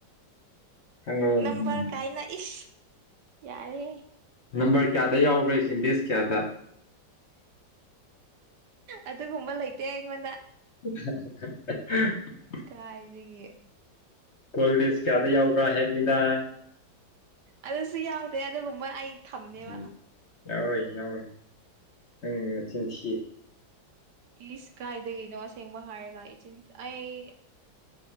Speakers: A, on the left; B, on the right.
A: ꯈꯪꯉꯕ
B: ꯅꯝꯕꯔ
A: ꯎꯝ
B: ꯀꯥꯏꯅ ꯏꯁ ꯌꯥꯔꯦꯍꯦ
A: ꯅꯝꯕꯔ ꯀꯌꯥꯗ ꯌꯥꯎꯕ꯭ꯔꯥ ꯑꯩꯁꯦ ꯂꯤꯁ ꯀꯌꯥꯗ
B: ꯑꯗꯨꯒꯨꯝꯕ ꯂꯩꯇꯦ ꯑꯩꯉꯣꯟꯗ
A: <unintelligible>
B: ꯀꯥꯏꯗꯥꯒꯤ
A: ꯀꯣꯂꯦꯁ ꯀꯌꯥꯗ ꯌꯥꯎꯕ꯭ꯔꯥ ꯍꯥꯏꯅꯤꯅ
B: ꯑꯗꯨꯁꯨ ꯌꯥꯎꯗꯦ ꯑꯗꯨꯒꯨꯝꯕ ꯑꯩ ꯊꯝꯗꯦꯕ
A: ꯎꯝ ꯌꯥꯎꯔꯣꯏ ꯌꯥꯎꯔꯣꯏ ꯅꯪ ꯅꯆꯤꯟ ꯊꯤ
B: ꯏꯁ ꯀꯥꯏꯗꯩꯒꯤꯅꯣ ꯑꯁꯦꯡꯕ ꯍꯥꯏꯔꯒ ꯏꯆꯤꯟ ꯑꯩ